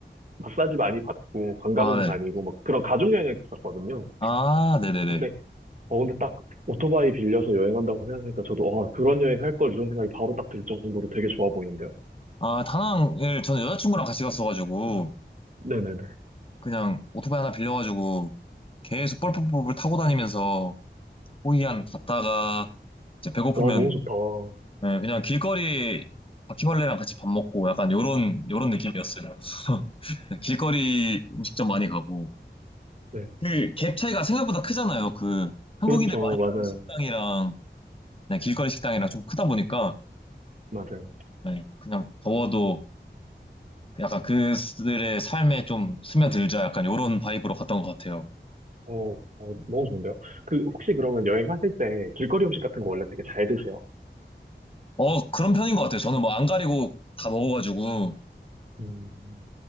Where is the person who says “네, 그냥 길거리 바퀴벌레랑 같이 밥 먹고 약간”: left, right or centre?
Left